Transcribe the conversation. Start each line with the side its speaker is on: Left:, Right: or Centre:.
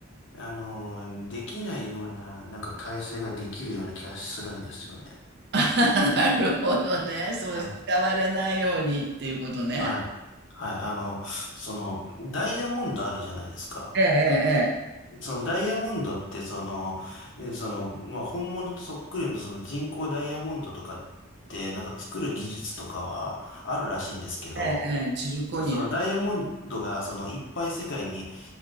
Left: あの、できないような、なんか体制ができるような気がするんですよね。
Right: <laughs> あなるほどね。そう使われないようにっていうことね。
Left: な、はい。はい。あの、その、ダイヤモンドあるじゃないですか。
Right: ええ、
Left: そのダイヤモンドって、その、えその、まあ、本物とそっくりのその人工ダイヤモンドとかって、なんか作る技術とかはあるらしいんですけど、
Right: ええ、ええ、ええ、ジルコニアね。
Left: そのダイヤモンドが、その、いっぱい世界に